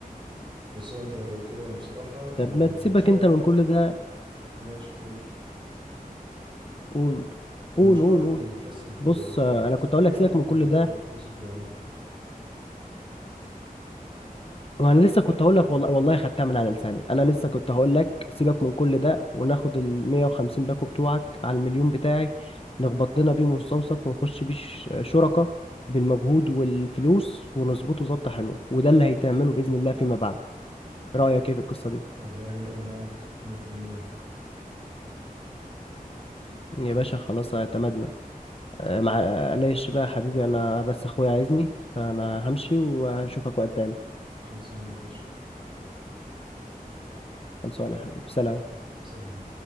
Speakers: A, on the right; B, on the left.
A: بس هو انت كده يعني بصراحة المشروع
B: طب ما تسيبك انت من كل ده
A: ماشي بقول
B: قول
A: المشروع
B: قول قول
A: اللي
B: قول
A: يكسب
B: بص انا
A: بيكسب
B: كنت اقول
A: قوي
B: لك
A: يعني
B: سيبك من كل
A: هو المستوصف
B: ده
A: يعني
B: ما انا
A: والله
B: لسه كنت هقول لك والله والله خدتها من على لساني انا لسه كنت هقول لك سيبك من كل ده وناخد ال 150 باكو بتوعك على المليون بتاعي نخبط لنا بيه مستوصف ونخش بيه ش- شركة بالمجهود والفلوس ونظبطه ظبطة حلوة وده اللي هيتعمله بإذن الله فيما بعد رأيك ايه في القصة دي
A: والله أنا معك مية في المية
B: يا
A: خلص
B: باشا خلاص اعتمدنا أه، معلش بقى يا حبيبي انا بس اخويا عايزني فانا همشي واشوفك وقت تاني
A: خلصانة يا باشا
B: خلصانة يا حبيبي سلام
A: سلام